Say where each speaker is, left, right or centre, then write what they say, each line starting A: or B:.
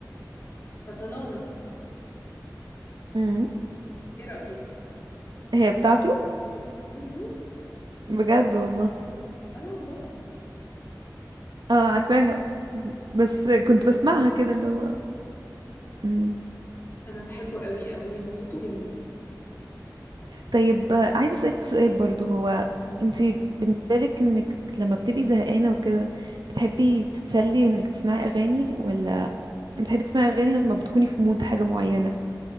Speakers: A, on the left; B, on the right.
A: فطلانه
B: امم
A: ايه رايك
B: هي بتاعته
A: امم
B: بجد والله
A: اه والله
B: اه عارفاها بس كنت
A: وانا
B: بسمعها كده اللي هو مم.
A: بحبه قوي قوي هو صوته جميل
B: طيب آه، عايزة أسألك سؤال برضو هو
A: مم.
B: انتي بالنسبة لك انك لما بتبقي زهقانة وكده بتحبي تتسلي انك تسمعي اغاني ولا بتحبي تسمعي اغاني لما بتكوني في مود حاجة معينة